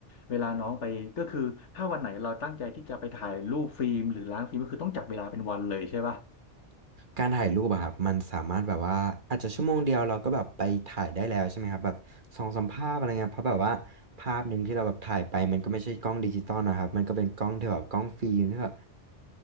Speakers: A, on the left; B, on the right.
A: เวลาน้องไปก็คือถ้าวันไหนเราตั้งใจที่จะไปถ่ายรูปฟิล์มหรือล้างฟิล์มก็คือต้องจัดเวลาเป็นวันเลยใช่ป่ะ
B: การถ่ายรูปอะครับมันสามารถแบบว่าอาจจะชั่วโมงเดียวเราก็แบบไปถ่ายได้แล้วใช่ไหมครับแบบสองสามภาพอะไรเงี้ยเพราะแบบว่าภาพหนึ่งที่เราแบบถ่ายไปมันก็ไม่ใช่กล้องดิจิตอลนะครับมันก็เป็นกล้องที่แบบกล้องฟิล์มที่แบบ